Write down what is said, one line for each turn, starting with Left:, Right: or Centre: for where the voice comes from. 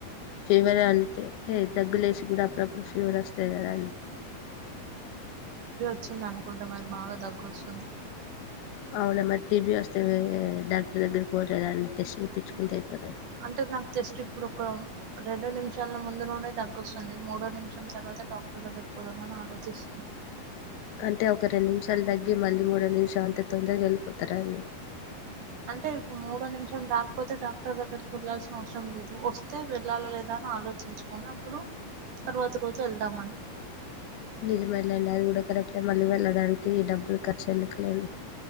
Left: ఫేవర్ అంటే ఏ దగ్గలేసి కూడా అప్పుడప్పుడు ఫీవర్ వస్తది కదా అని
Right: చ్చిందనుకుంట మరి బాగా దగోస్తుంది
Left: అవునా మరి టీబీ వస్తే డాక్టర్ దగ్గరికి పోలేదన్ టేస్ట్ చేపించుకుంటే అయిపో
Right: అంటే నాకు టెస్ట్ ఇప్పుడు ఒక రెండో నిమిషాల ముందు నుండే దగ్గొస్తుంది మూడో నిమిషం తర్వాత డాక్టర్ దగ్గకి పోదామని ఆలోచిస్తున్నా
Left: అంటే ఒక రెండు నిమిషాలు తగ్గి మళ్ళీ మూడో నిమిషాలు అంత తొందరగా వెళ్ళిపోతారండి
Right: అంటే ఇపుడు మూడో నిమిషం రాకపోతే డాక్టర్ దగ్గరికి వెళ్ళాల్సిన అవసరం లేదు వస్తే వెళ్ళాల లేదా అని ఆలోచించుకొని అప్పుడు తరువాత రోజు వెళ్దామని
Left: నిజమేలేండి అది కూడా కరెక్ట్ ఎ మళ్ళీ వెళ్ళడానికి డబ్బులు ఖర్చు ఎందుకులేండి.